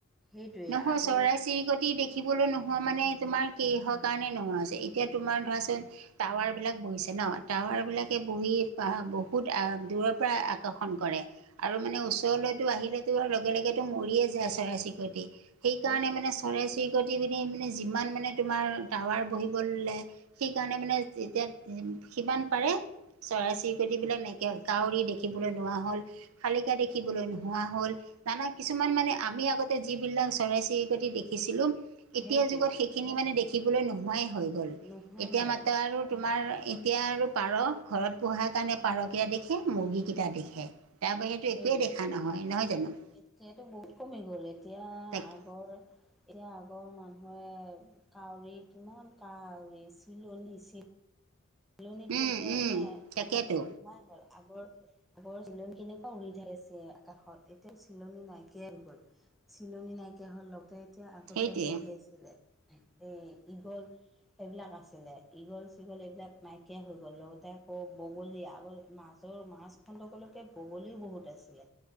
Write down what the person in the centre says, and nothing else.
সেইটোৱে
আগৰ
সেইটোৱে
সেইটোৱে
নোহোৱাই
হ'ল
সেইটোৱে
এতিয়াতো বহুত কমি গ'ল এতিয়া
আগৰ এতিয়া আগৰ মানুহে কাউৰী কিমান কাউৰী চিলনী চিল চিলনীটো
এতিয়া-
এতিয়া
আকাশত নোহোৱাই হ'ল আগৰ আগৰ চিলনী কেনেকুৱা উৰি থাকে ছে আকাশত এতিয়াও চিলনী নাইকিয়াই হৈ গ'ল। চিলনী নাইকিয়া হ'ল লগতে এতিয়া আগতে
হেৰি আছে <unintelligible> এই ঈগল এইবিলাক আছিলে ঈগল- ছিগল এইবিলাক নাইকিয়া হৈ গ'ল লগতে আকৌ বগলী আগৰ মাজৰ মাছখণ্ডকলৈকে বগলী বহুত আছিলে